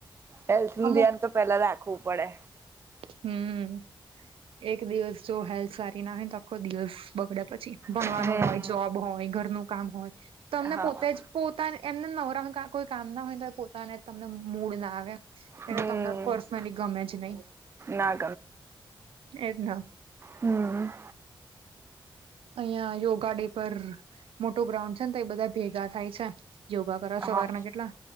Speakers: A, on the right (about 30°); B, on the right (about 85°).
A: હેલ્થ નું
B: અમુક
A: ધ્યાન તો પેલા રાખવું પડે.
B: હમ. એક દિવસ જો હેલ્થ સારી ના હોય તો આખો દિવસ બગડેયા પછી, ભણવાનું
A: હમ્મ.
B: હોય જોબ હોય ઘરનું કામ હોય તમને
A: હા.
B: પોતે જ પોતા એમને નવરાણ કઈ કામ ના હોય તો પોતાને તમને મૂડ ના આવે.
A: હમ્મ
B: એલે તમને પર્સનલી ગમે જ નહી.
A: ના
B: એજ ના
A: હમ
B: અહંયા યોગા ડે પર મોટો ગ્રાઉન્ડ છે ને તો એ બધા ભેગા થાય છે. યોગા કર સવારના
A: હા
B: કેટલા